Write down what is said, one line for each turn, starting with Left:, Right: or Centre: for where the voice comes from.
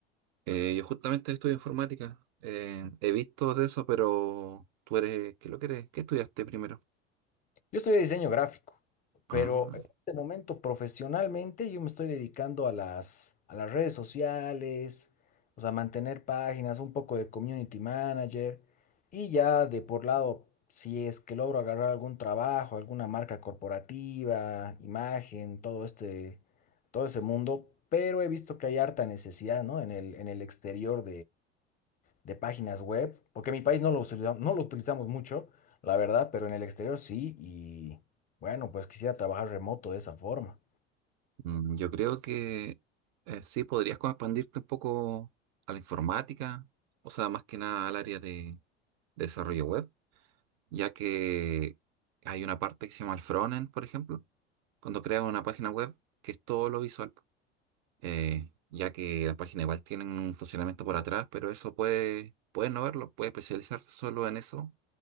Right: Eh, yo justamente estudio informática. Eh, he visto de eso, pero tú eres, ¿qué lo que eres? ¿Qué estudiaste primero?
Left: Yo estudié diseño gráfico,
Right: Ah,
Left: pero en este momento profesionalmente yo me estoy dedicando a las, a las redes sociales, o sea, mantener páginas, un poco de community manager y ya de por lado, si es que logro agarrar algún trabajo, alguna marca corporativa, imagen, todo este, todo ese mundo, pero he visto que hay harta necesidad, ¿no? En el, en el exterior de páginas web, porque en mi país no lo utiliza- no lo utilizamos mucho, la verdad, pero en el exterior sí, y bueno, pues quisiera trabajar remoto de esa forma.
Right: mm, yo creo que eh, sí podrías como expandirte un poco a la informática, o sea, más que nada al área de desarrollo web, ya que hay una parte que se llama el frontend, por ejemplo, cuando creas una página web, que es todo lo visual. eh, ya que las páginas igual tienen un funcionamiento por atrás, pero eso puede, puede no verlo, puede especializarse solo en eso.